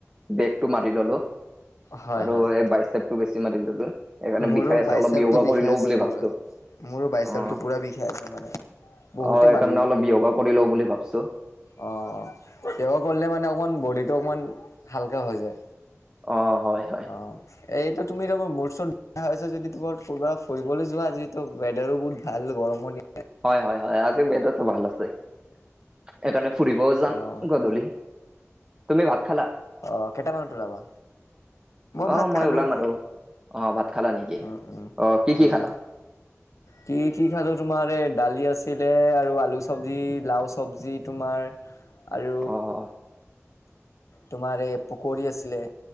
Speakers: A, on the right; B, on the left.
A: বেগটো মাৰি ললো
B: হয়,
A: আৰু
B: হয়।
A: এই বাইচেপটো বেছি মাৰি ললো। সেইকাৰণে
B: মোৰো
A: বিষাই আছে
B: বাইচেপটো
A: অলপ য়োগা
B: বিষাই
A: কৰি লও
B: আছে
A: বুলি ভাবছো
B: পুৰা মোৰো বাইচেপটো
A: অ
B: পুৰা বিষাই আছে। মানে বহুতে
A: অ
B: মানুহ
A: সেইকাৰণে অলপ ইয়োগা কৰি লও বুলি ভাবিছোঁ।
B: অ ইয়োগা কৰিলে মানে অকণমান বডিটো অকণমান হালকা হৈ যায়।
A: অ হয়, হয়।
B: অহ এইটো তুমি তহ মোৰ চৰত আছ যদি তোমাৰ কৰবাত ফুৰিবলৈ যোৱা যিটো ৱেডাৰো বহুত ভাল গৰম দিন
A: হয় হয় হয়। আজি ৱেডাৰটো ভাল আছে। সেইকাৰণে ফুৰিবও যাম
B: অ',
A: গধূলি। তুমি ভাত খালা?
B: অ' কেইটামানত ওলাবা? ভাত
A: অহ মই
B: খালোঁ।
A: ওলাম আৰু অ ভাত খালা নেকি?
B: উম, উম,
A: অ কি কি
B: উম।
A: খালা?
B: কি কি খালোঁ তোমাৰ এই দালি আছিলে আৰু আলু চবজি লা‍উ চবজি তোমাৰ। আৰু
A: অ অ
B: তোমাৰ এই পকৰি আছিলে।